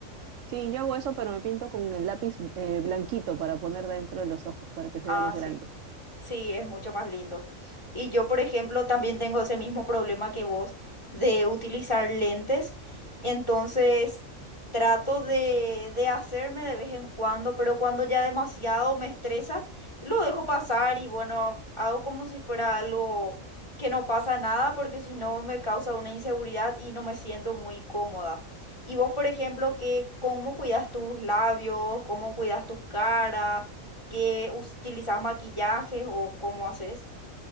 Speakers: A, on the right; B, on the left.
A: Sí, yo hago eso, pero me pinto con el lápiz eh, blanquito para poner dentro de los ojos, para que se
B: Ah,
A: vea más grande.
B: sí. Sí, es mucho más lindo. Y yo, por ejemplo, también tengo ese mismo problema que vos de utilizar lentes. Entonces, trato de, de hacerme de vez en cuando, pero cuando ya demasiado me estresa, lo dejo pasar y bueno, hago como si fuera algo que no pasa nada, porque si no me causa una inseguridad y no me siento muy cómoda. Y vos, por ejemplo, ¿qué, cómo cuidas tus labios? ¿Cómo cuidas tu cara? que utilizas maquillajes o cómo haces.